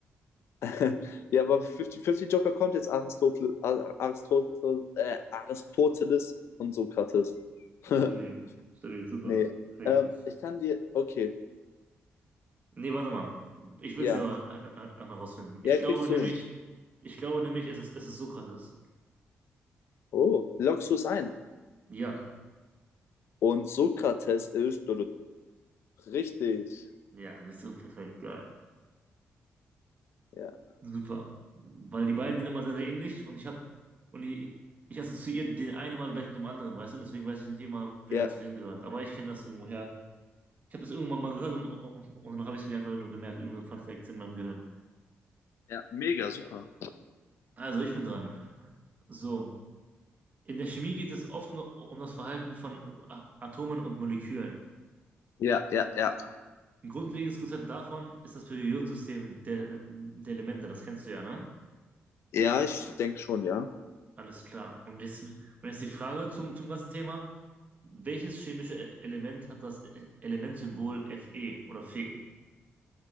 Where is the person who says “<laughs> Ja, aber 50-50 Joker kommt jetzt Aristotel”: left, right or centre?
Left